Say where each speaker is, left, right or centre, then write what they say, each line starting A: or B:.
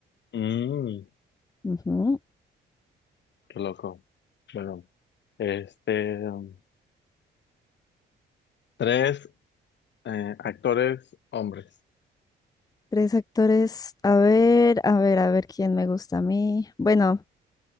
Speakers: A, on the left; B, on the left.
A: Mm,
B: Ujú.
A: qué loco. Bueno, este. um, Tres eh, actores hombres.
B: Tres actores, a ver, a ver, a ver quién me gusta a mí. Bueno,